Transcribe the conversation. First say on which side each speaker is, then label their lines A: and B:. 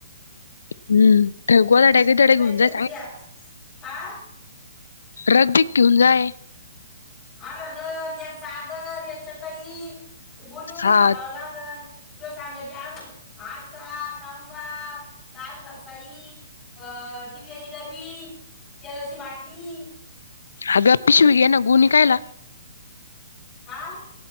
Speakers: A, on the left; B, on the left.
A: हम् ठकवालाड्या काही त
B: उद्या
A: घेऊन
B: जायचंय
A: जाय सांग.
B: उद्या हा
A: रगबी घिऊन जाय.
B: अर र या सागर याच्या तई. तू बोलीवणी
A: हा
B: बघव लागल तुला सांगते अजुन आसा का -- <unintelligible> दाल घसाई, अ टिकल्याची डबी. तेलाची बाटली.
A: आग पिशवी घे ना गोणी कायला?
B: आ?